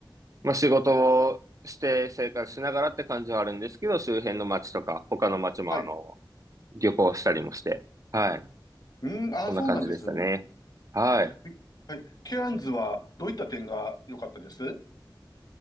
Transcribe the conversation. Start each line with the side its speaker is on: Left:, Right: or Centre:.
Right: まあ仕事をして生活しながらって感じはあるんですけど、周辺の街とか、他の街もあの、
Left: はい。
Right: 旅行したりもして、はい。
Left: うん、ああ、
Right: そんな感じでしたね。
Left: そうなんですね。
Right: はい。
Left: えはい。ケアンズはどういった点が良かったです